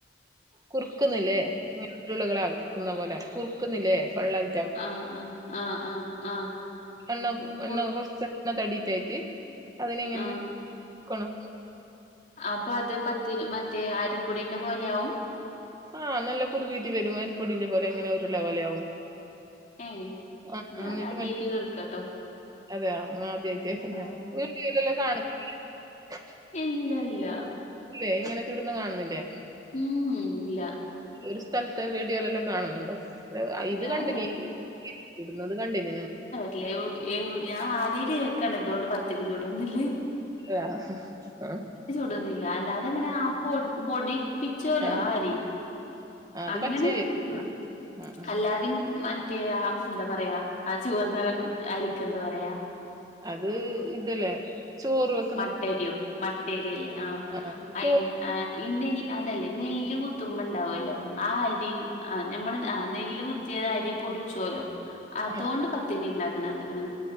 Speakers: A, on the right; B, on the left.
A: കുറുക്കുന്നില്ലേ ഇങ്ങനെ ഉരുളകളാക്കുന്ന പോലെ കുറുക്കുന്നില്ലേ വെള്ളായി
B: ആഹ് അഹ് ആഹ് അഹ് ആഹ്
A: എണ്ണ
B: കുറു
A: എണ്ണ കൊറച്ച് എണ്ണ തടി തേച്ച് അതിനെ ഇങ്ങനെ
B: ആഹ്
A: കൊണൊ
B: അപ്പൊ അത് പത്തിരി മറ്റേ അരിപ്പൊടിന്റെ പോലെയാവും.
A: ആഹ് നല്ല കുറുകീട്ട് വരും അരിപ്പൊടിന്റെ പോലെ ഇങ്ങനെ ഉരുള പോലെയാവും.
B: ഏഹ്.
A: ആഹ്
B: ഞാനാദ്യായിട്ട്
A: എന്നിട്ട് മറ്റേ
B: കേൾക്കാട്ടോ
A: അതെയോ ആദ്യായിട്ട് കേക്കുന്നയോ
B: ആഹ്
A: <unintelligible> കാണു <unintelligible>
B: ഇല്ല ല്ല
A: ഇല്ലെ ഇങ്ങനെ ചുടുന്ന കാണുന്നില്ലേ
B: ഉം ഉ ഇല്ല
A: ഒരു സ്ഥലത്തെ വീഡിയോലെല്ലാം കാണുന്നുണ്ടോ? ല്ലാ ഇത്
B: ഞാൻ
A: കണ്ടിനില്ലെ ഇടുന്നത് കണ്ടിന്നിക്നൊ
B: ല്ലേ ഓഏയ് ഞാൻ ആദ്യായ്ട്ട് കേക്കാണ് ഇതോണ്ട് പത്തിരി ചൂടുന്നും ഇല്ലെ
A: <unintelligible> അഹ്ഹാ.
B: ടുംന്നില്ലെ. അല്ലാതെങ്ങനാ ആ പൊടി പൊടിപ്പിച്ചോലോ
A: ആഹ്
B: ആ അരി
A: അത്
B: അങ്ങനെ
A: പച്ചരിയാ
B: <unintelligible>
A: ആഹ് ആഹ്
B: അല്ലാതിം മ റ്റേ ആ എന്താ പറയാ ആ ചുവന്ന അരിക്കന്താ പറയാ
A: അത് ഇതല്ലേ ചോറ് വെ
B: മട്ടരിയോ മട്ടരിയല്ലേ ആഹ്
A: ആ
B: അയിൻ
A: ചോറ്
B: ആഹ് ഈ നെൽ അതല്ലേ നെല്ല് കുത്തുമ്പോ ഉണ്ടാവല്ലോ ആ അരി അഹ് ഞമ്മള് ആഹ് നെല്ല് കുത്തിയത് അരി പൊടിച്ചോല്ലോ അതോണ്ട്
A: ആ
B: പത്തിരി ഉണ്ടാക്കണ കണ്ടിക്കിണ്.